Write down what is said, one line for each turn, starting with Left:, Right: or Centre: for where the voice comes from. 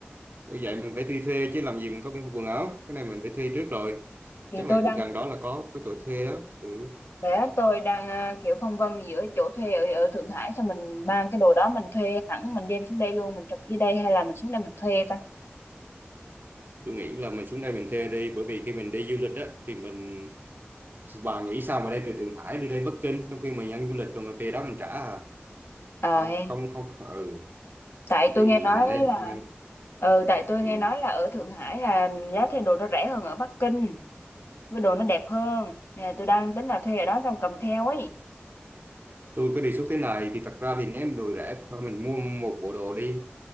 Right: bởi vậy mình phải đi thuê chứ làm gì mình có cái quần áo, cái này mình phải thuê trước rồi.
Left: thì
Right: Chắc là
Left: tôi đang
Right: chỗ gần đó là có có chỗ thuê đó. Ừ,
Left: Bé tôi đang à, kiểu phân vân giữa chỗ thuê ở, ở Thượng Hải xong mình mang cái đồ đó mình thuê hẳn mình đem xuống đây luôn mình chụp dưới đây hay là mình xuống đây mình thuê ta
Right: tôi nghĩ là mình xuống đây mình thuê đi bởi vì khi mình đi du lịch á thì mình bà nghĩ sao mà đi từ Thượng Hải đi lên Bắc Kinh trong khi mình ăn du lịch rồi mình về đó mình trả à
Left: ờ
Right: không
Left: hay
Right: không không ừ
Left: tại tôi
Right: thì
Left: nghe nói
Right: mình nên,
Left: là
Right: nên
Left: ừ tại tôi
Right: ừ.
Left: nghe nói là ở Thượng Hải là giá thuê đồ nó rẻ hơn ở Bắc Kinh với đồ nó đẹp hơn nên là tôi đang tính là thuê ở đó xong cầm theo ấy
Right: tôi có đề xuất thế này thì thật ra thì nếu đồ rẻ thôi mình mua một bộ đồ đi